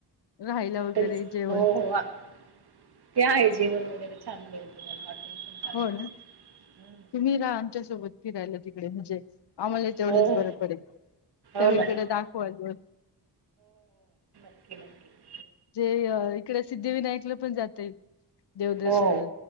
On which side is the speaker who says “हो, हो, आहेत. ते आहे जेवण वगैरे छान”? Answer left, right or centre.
Right